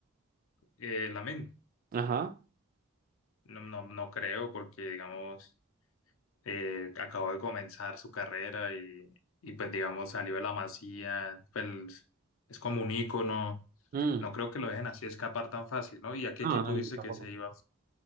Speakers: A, on the left; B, on the right.
A: Eh, Lamine,
B: Ajá.
A: no, no, no creo porque, digamos... eh, acabó de comenzar su carrera y, y, pues digamos salió de la masía, pues es como un ícono,
B: Mm.
A: no creo que lo dejen así escapar tan fácil, ¿no? ¿Y a qué
B: No,
A: equipo
B: no,
A: viste
B: yo tampoco.
A: que se iba?